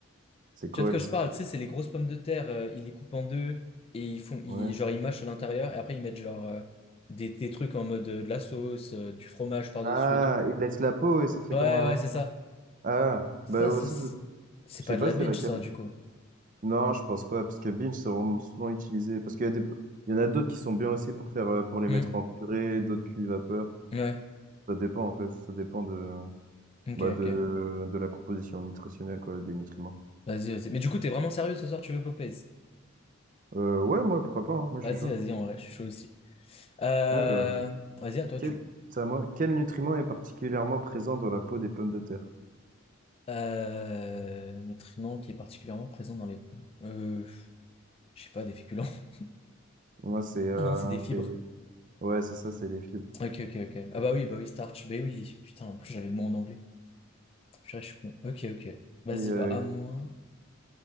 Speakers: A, on the right (about 40°); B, on the left (about 30°).
A: C'est quoi
B: Tu vois de quoi
A: l'espèce?
B: je parle? Tu sais, c'est les grosses pommes de terre, euh, ils les coupent en deux et ils font... Ils,
A: Ouais.
B: genre, ils mâchent à l'intérieur et après, ils mettent genre euh, des, des trucs en mode euh, de la sauce, euh, du fromage par-dessus
A: Ah,
B: et tout.
A: il laisse la peau et ça fait
B: Ouais,
A: comme un.
B: ouais, c'est ça.
A: Ah,
B: Ça,
A: bah, au-
B: ça,
A: ça,
B: c'est
A: je
B: c'est pas
A: sais pas,
B: de la
A: c'est
B: binge,
A: laquelle.
B: ça, du coup.
A: Non, je pense pas, parce que Binge, c'est vraiment souvent utilisé. Parce qu'il y a des... il y en a d'autres qui sont bien aussi pour faire, euh, pour les
B: Hmm.
A: mettre en purée, d'autres cuits vapeur.
B: Ouais,
A: Ça dépend, en fait. Ça dépend de,
B: ok,
A: bah, de,
B: ok.
A: de la composition nutritionnelle, quoi, des nutriments.
B: Vas-y, vas-y. Mais du coup, t'es vraiment sérieux ce soir, tu veux Popeyes?
A: Euh, ouais, moi, pourquoi pas, hein, moi, je
B: Vas-y,
A: suis chaud.
B: vas-y, en vrai, je suis chaud aussi. Euh,
A: Alors,
B: Vas-y, à toi,
A: quel,
B: du coup.
A: c'est à moi. Quel nutriment est particulièrement présent dans la peau des pommes de terre?
B: Euh... Un nutriment qui est particulièrement présent dans les... Euh... Je sais pas, des féculents. <laughs>
A: Moi, c'est, euh,
B: Ah non, c'est des fibres.
A: c'est, ouais, c'est ça, c'est les fibres.
B: Ok, ok, ok. Ah bah oui, bah oui, starch. Bah oui, putain, en plus, j'avais le mot en anglais. Purée, Je suis con. Ok, ok. Vas-y,
A: Mais, euh,
B: bah à moi.